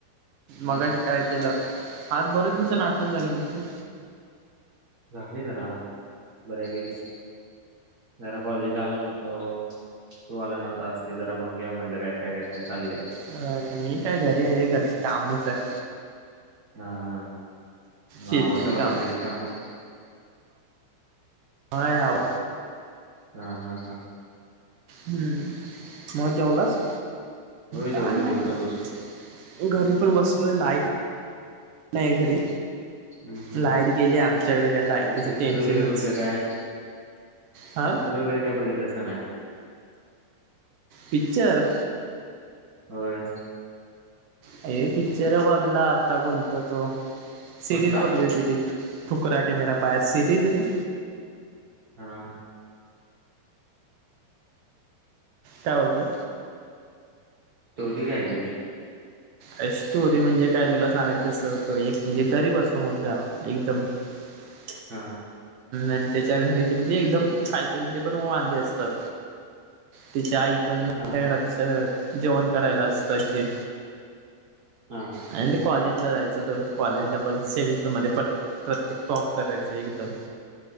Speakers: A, on the right; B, on the right.
A: हा
B: मगाशी काय केलं आज बरेच दिवसा आठवण झाले म्ह
A: झाली तर बऱ्यापैकी जरा कॉलेज आल नव्हतो तुवाला नव ता असतरा बघ घ मणल कायकाय कायकाय चचालले
B: अ मी काय घरी आहे रे घरचे कामच आहे
A: हा ह मा
B: शेतीची
A: रलग वाकत
B: काम
A: गीता अम
B: मा आव
A: हा हम् हम
B: हम्म मगत जाऊलास.
A: होय जेवलो
B: काय नाही
A: जेवूनच
B: कर
A: बसलोय.
B: घरी पण बसलोय लायक नाही घरी.
A: हम्म
B: लाईट गेली आमच्याकडे काय लायटीचं
A: हम्म पिक्चर
B: टेन्शनच
A: वगैरे कुठलं काय
B: हा
A: पिक्चर वगैरे काय बघितलंस का नाही.
B: पिक्चर.
A: होय.
B: हे पिच्चर बघला आता कोणत तो सिरीज
A: कुठला?
B: बघली सिरीज. ठुका के मेरा पायास सिरीज रे
A: <unintelligible>
B: काय बोलतो.
A: तोरी काय दी.
B: अ स्टोरी म्हणजे काय तुला सांगायचं अस त एक म्हणजे गरीब असतो मुलगा एकदम. <unintelligible>
A: हा.
B: आणि त्याच्या घराचे म्हणजे एकदम खायचे पिंजे पण वांधे असतात. तिच्या आई पण मोठ्या
A: हा.
B: घराातच जेवण करायलाच पाहिजे.
A: हा
B: आणि ते कॉलेज जायचं तर कॉलेजला पण सेमिस्टर मध्ये प्रत्येक टॉप करायच एकदम